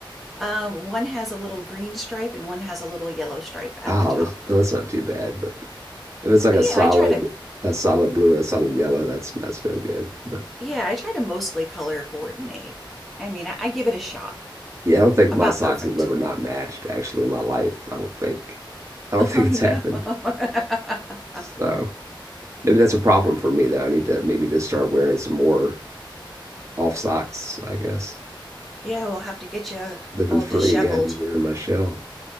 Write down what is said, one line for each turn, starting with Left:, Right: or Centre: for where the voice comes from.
Centre: Um, one has a little green stripe and one has a little yellow stripe at
Right: Oh,
Centre: the top.
Right: that's well, that's not too bad. But if it's like
Centre: But
Right: a
Centre: yeah,
Right: solid,
Centre: I try to
Right: a solid blue or a solid yellow, that's that's no good. But
Centre: yeah, I try to mostly color coordinate. I mean, I, I give it a shot.
Right: yeah, I don't think
Centre: I'm
Right: my
Centre: not
Right: socks
Centre: perfect.
Right: have ever not matched actually in my life. I don't think, I don't
Centre: Oh
Right: <laughs> think it's
Centre: no.
Right: happened.
Centre: <laughs>
Right: So maybe that's a problem for me though. I need to maybe just start wearing some more off socks, I guess.
Centre: Yeah, we'll have to get you
Right: Living
Centre: all
Right: free,
Centre: disheveled.
Right: yeah, and you in my shell.